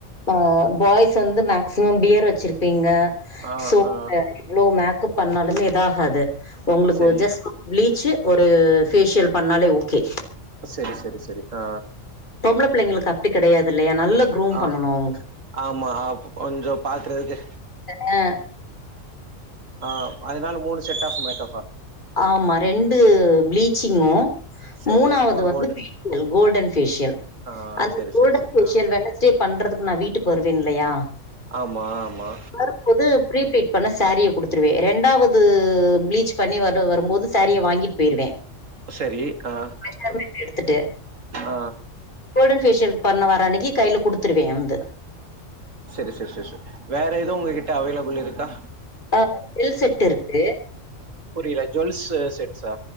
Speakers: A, on the left (about 40°); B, on the right (about 75°).
A: ஆ பாய்ஸ் வந்து மேக்சிமம் பியர் வெச்சிருப்பீங்க
B: ஆ
A: சோ
B: ஆ
A: <inaudible> எவ்ளோ மேக்கப் பண்ணாலுமே இதாகாது உங்களுக்கு
B: சரி
A: ஒரு ஜஸ் <inaudible> ப்ளீச்சு ஒரு ஃபேஷியல் பண்ணாலே ஓகே
B: செரி செரி செரி ஆ
A: பொம்பள பிள்ளைங்களுக்கு அப்டி கெடையாது இல்லையா நல்லா குரோம்
B: ஆ
A: பண்ணனு
B: ஆமா ஆ கொஞ்ச பாக்கறதுக்கு
A: அ ஆ
B: ஆ அதுனால மூணு செட் ஆஃப் மேக்கப்பா
A: ஆமா ரெண்டு ப்ளீச்சிங்கு
B: சரி
A: மூணாவ்து
B: ஒரு
A: வந்து
B: கோல்டு
A: ஃபேஷியல் கோல்டன் ஃபேஷியல்
B: ஆ
A: அந்த
B: சரி
A: கோல்டன்
B: சரி சரி
A: ஃபேஷியல்
B: ஆ
A: வென்னஸ்டே பண்றதுக்கு நா வீட்டுக் வருவே இல்லயா
B: ஆமா ஆமா
A: வரும்போது ப்ரீ ப்ளீட் பண்ண சாரீய குடுத்துருவே ரெண்டாவது ப்ளீச் பண்ணி உட வரும்போது சாரீய வாங்கிட் போய்ருவே
B: செரி ஆ
A: மெசர்மென்ட் எடுத்துட்டு
B: ஆ
A: கோல்டன் ஃபேஷியல் பண்ண வர அன்னைக்கி கைல குடுத்துருவே வந்து
B: செரி செரி செரி செர் வேற எது உங்ககிட்ட அவைலபிள் இருக்கா
A: ஆ ஜுவல் செட் இருக்கு
B: புரியல ஜுவல்ஸ்சு செட்சா